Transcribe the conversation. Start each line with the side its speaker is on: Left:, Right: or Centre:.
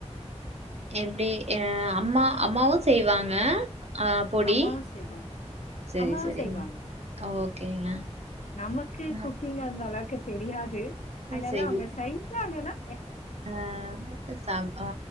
Right: எப்டி அ அம்மா அம்மாவு செய்வாங்க அ பொடி
Left: அம்மாவு செய்வாங்க
Right: செரி
Left: அம்மாவு
Right: செரிங்
Left: செய்வாங்க
Right: ஓகேங்க
Left: நமக்கு
Right: அ
Left: குக்கிங் அந்தளவுக்கு தெரியாது அதல
Right: சரி.
Left: அவுங்க செய்ஞ்சாங்கன்னா
Right: அ சாப் அ